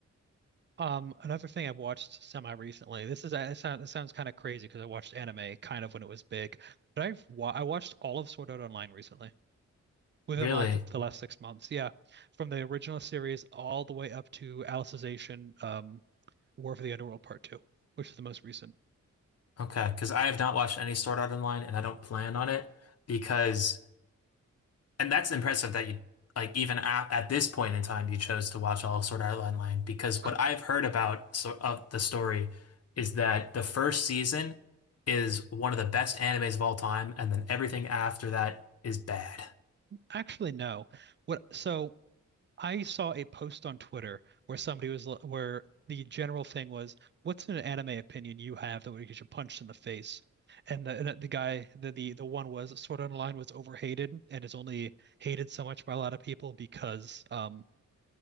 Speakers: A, on the right (about 40°); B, on the left (about 55°).
A: um, another thing I watched semi recently. This is it sounds, it sounds kind of crazy because I watched anime kind of when it was big, but I've wa I watched all of Sword Art Online recently. Within
B: really.
A: like the last six months, yeah. From the original series all the way up to Alicization, um, War for the Underworld Part Two, which is the most recent.
B: Okay, because I have not watched any Sword Art Online and I don't plan on it because And that's impressive that you like even at, at this point in time you chose to watch all of Sword Art Online because
A: Cool.
B: what I've heard about so of the story is that the first season is one of the best animes of all time, and then everything after that is bad.
A: Actually, no. What? So I saw a post on Twitter where somebody was where the general thing was, "What's an anime opinion you have that would get you punched in the face?" And the and the guy the the the one was Sword Art Online was overhated and is only hated so much by a lot of people because um